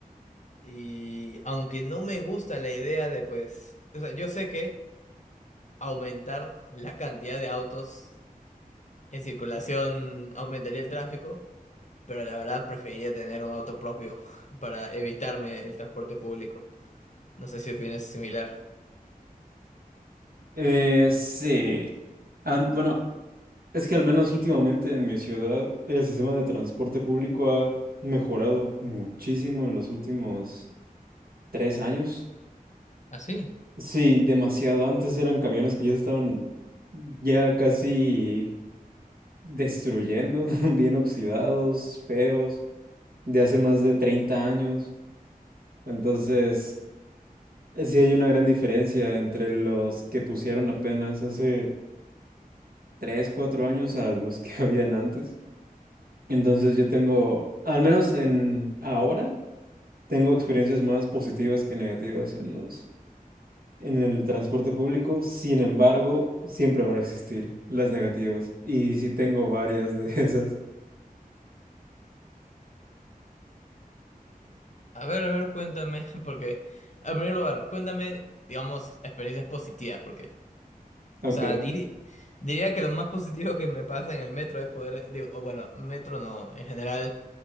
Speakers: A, on the left (about 50°); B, on the right (about 75°).
A: Y aunque no me gusta la idea de, pues, o sea, yo sé que aumentar la cantidad de autos En circulación aumentaría el tráfico, pero la verdad preferiría tener un auto propio <laughs> para evitarme el transporte público. No sé si opinas similar.
B: Eh, sí. An- bueno, es que al menos últimamente en mi ciudad el sistema de transporte público ha mejorado muchísimo en los últimos tres años.
A: Así.
B: Sí, demasiado. Antes eran camiones que ya se estaban ya casi destruyendo, <laughs> bien oxidados, feos, de hace más de 30 años. Entonces, eh, sí hay una gran diferencia entre los que pusieron apenas hace 3 4 años a los que <laughs> habían antes. Entonces yo tengo, al menos en ahora, tengo experiencias más positivas que negativas en los, en el transporte público. Sin embargo, siempre van a existir las negativas. Y sí tengo varias de <laughs> esas.
A: A ver, a ver, cuéntame, <laughs> porque, en primer lugar, cuéntame, digamos, experiencias positivas, porque,
B: Ok,
A: o sea, diri- diría que lo más positivo que me pasa en el metro es poder, eh, digo, o bueno, metro no, en general,